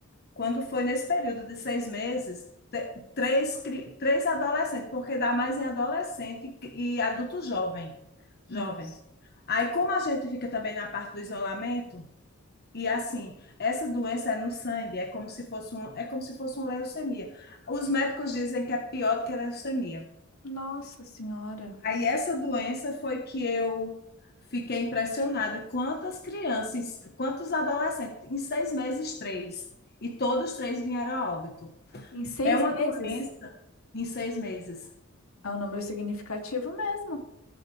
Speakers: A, on the left; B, on the left.
A: quando foi nesse período de seis meses, te- três, cri- três adolescentes, porque dá mais em adolescente e e adulto jovem
B: Nossa.
A: jovens. Aí, como a gente fica também na parte do isolamento, e assim, essa doença é no sangue, é como se fosse um, é como se fosse uma leucemia. Os médicos dizem que é pior do que a leucemia.
B: Nossa Senhora.
A: Aí essa doença foi que eu fiquei impressionada. Quantas crianças, quantos adolescentes, em seis meses, três, e todos três vieram a óbito.
B: Em seis
A: É uma
B: meses?
A: doença em seis meses.
B: É um número significativo mesmo.